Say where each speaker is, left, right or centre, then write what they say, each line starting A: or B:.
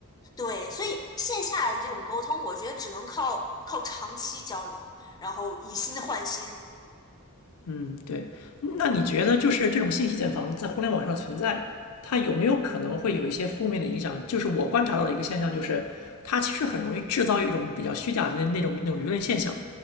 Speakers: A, on the left; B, on the left.
A: 对，所以线下的这种沟通，我觉得只能靠靠长期交流，然后以心换心。
B: 嗯，对。那你觉得就是这种信息茧房在互联网上存在，它有没有可能会有一些负面的影响？就是我观察到的一个现象，就是它其实很容易制造一种比较虚假的那种那种舆论现象。